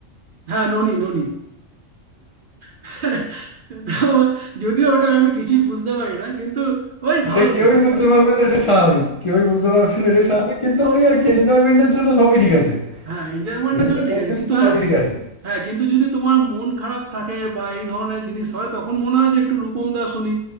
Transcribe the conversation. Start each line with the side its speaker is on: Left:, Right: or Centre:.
Right: হ্যাঁ ননি ননি <laughs> তো যদিও ওটা আমি কিছুই বুঝতে পারি না কিন্তু ওই ভালো
Left: সে
Right: লাগে
Left: কেউই বুঝতে পারবে না এটা স্বাভাবিক। কেউই বুঝতে পারবে না এটা স্বাভাবিক। কিন্তু ওই আর কি এনজয়মেন্টের জন্য সবই ঠিক আছে।
Right: হ্যাঁ এনজয়মেন্টটা
Left: ইন্টারনেটে
Right: জন্য ঠিক আছে কিন্তু
Left: তো
Right: হ্যাঁ
Left: সবই ঠিক আছে
Right: হ্যাঁ কিন্তু যদি তোমার মন খারাপ থাকে বা এই ধরনের জিনিস হয় তখন মনে হয় যে একটু রূপম দা শুনি